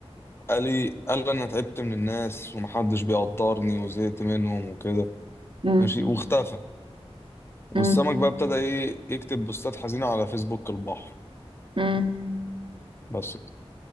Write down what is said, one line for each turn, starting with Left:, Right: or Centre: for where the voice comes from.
Left: قال لي قال لي انا تعبت من الناس ومحدش بيقدرني وزهقت منهم وكده
Right: مم.
Left: ماشي واختفى والسمك
Right: مم.
Left: بقى ابتدى ايه يكتب بوستات حزينة على فيسبوك البحر
Right: مم.
Left: بس كده